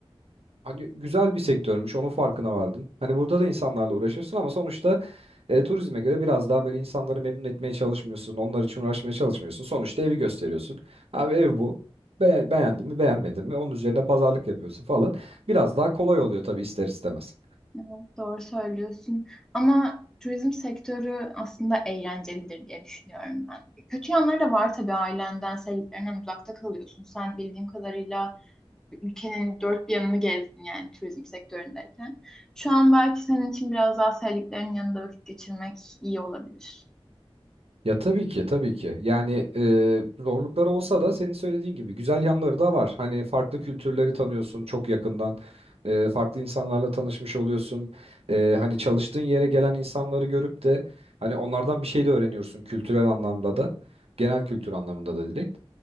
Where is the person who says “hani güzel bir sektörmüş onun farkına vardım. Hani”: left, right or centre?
Right